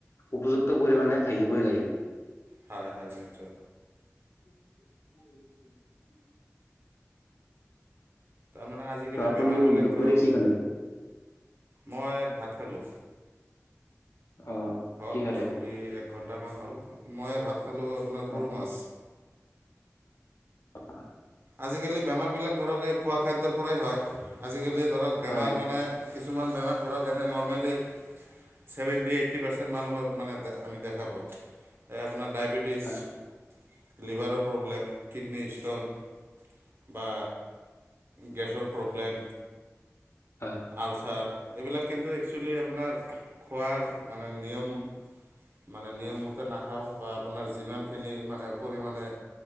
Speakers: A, on the left; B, on the right.
A: উপযুক্ত পৰিমাণে থাকিবই লাগে।
B: হয়, হয়, নিশ্চয়।
A: <inaudible>
B: তাৰমানে আজিকালি
A: আপুনি
B: বেমাৰবিলাক
A: দুপৰীয়া
B: ধৰক
A: কি খালে?
B: মই ভাত খালোঁ
A: অ',
B: হ'ল
A: কিহেৰে?
B: মোটামুটি প্ৰতি একঘণ্টামান হ'ল মই ভাত খালোঁ আপোনাৰ
A: অ',
B: সৰু মাছ।
A: <inaudible>
B: আজিকালি বেমাৰবিলাক ধৰক এই খোৱা খাদ্যৰ পৰাই হয় আজিকালি ধৰক বেমাৰ
A: হয়,
B: মানে কিছুমান বেমাৰ ধৰক এনে নৰৰ্মেলি ছেভেনটি এইটি পাৰ্চেট মানুহৰ মানে আমি দেখা পাওঁ। এই আপোনাৰ ডায়েবেটিছ,
A: হয়,
B: লিভাৰৰ প্ৰব্লেম কিডনী ষ্টন। বা গেছৰ প্ৰব্লেম।
A: হয়,
B: আলচাৰ এইবিলাক কিন্তু একচুৱেলি আপোনাৰ খোৱাৰ মানে নিয়ম মানে নিয়মমতে নাখাওঁ বা আপোনাৰ যিমানখিনি মানে পৰিমাণে